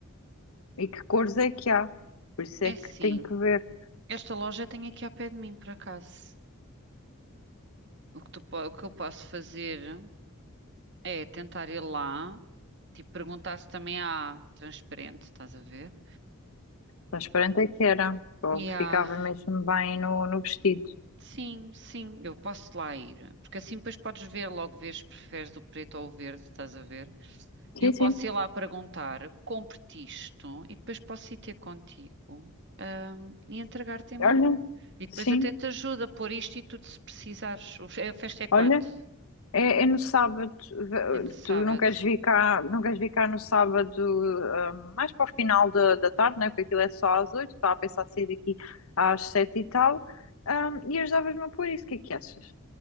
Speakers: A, on the left; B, on the right.
A: e que cores é que há. Por isso
B: é
A: é
B: assim,
A: que tenho que ver.
B: esta loja tem aqui ao pé de mim, por acaso. O que tu po- o que eu posso fazer é tentar ir lá, tipo, perguntar se também há transparente, estás a ver?
A: Transparente é que era, ou
B: E há,
A: ficava mesmo bem no, no vestido.
B: sim, sim, eu posso lá ir. Porque assim depois podes ver, logo vês se preferes o preto ou o verde, estás a ver?
A: Sim,
B: E eu posso
A: sim.
B: ir lá perguntar, compre-te isto, e depois posso ir ter contigo, ahm, e entregar-te em mão.
A: Olha,
B: E depois
A: sim,
B: até te ajuda a pôr isto e tudo se precisares. O fe- A festa é quando?
A: olha. É, é no sábado, ve-
B: É no
A: tu
B: sábado.
A: não queres vir cá, não queres vir cá no sábado, ah, mais para o final da, da tarde, né? Porque aquilo é só às oito, estava a pensar sair daqui às sete e tal, Ah, e ajudavas-me a pôr isso, o que é que achas?